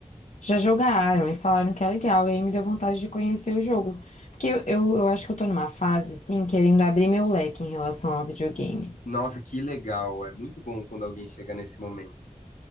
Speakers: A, on the left; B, on the left.
A: Já jogaram e falaram que é legal, e aí me deu vontade de conhecer o jogo. Porque eu, eu, eu acho que eu tô numa fase, assim, querendo abrir meu leque em relação ao videogame.
B: Nossa, que legal. É muito bom quando alguém chega nesse momento.